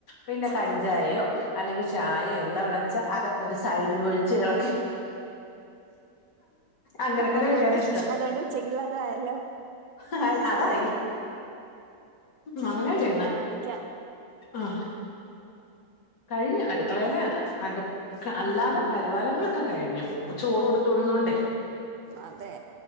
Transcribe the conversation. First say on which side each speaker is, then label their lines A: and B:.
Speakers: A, on the left; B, on the right.
A: പിന്നെ കട്ഞ്ചായയോ അല്ലെങ്കി ചായയോ എന്താ ഉള്ളന്ന്ച്ചാ അതൊക്കെ ഒരു സൈഡില് ഒഴിച് ഇളക്കി അങ്ങനെയൊക്കെ
B: അതൊണ്ട്
A: കഴിക്കാനാ
B: അതൊണ്ട് ഉച്ചക്ക്ള്ളതായല്ലോ
A: അഹ് അതായി മങ്ങനെ ചെയ്യുന്നേ
B: ലാഭിക്കാം
A: ആഹ് കഴിഞ്ഞു അടുക്കളയിലാ അടു ക്ക് അല്ലാതെ പരിവാലങ്ങളൊക്കെ കഴിഞ്ഞു ചോറ് കൊടുത്തു വിടുന്നുണ്ടേ
B: അതെ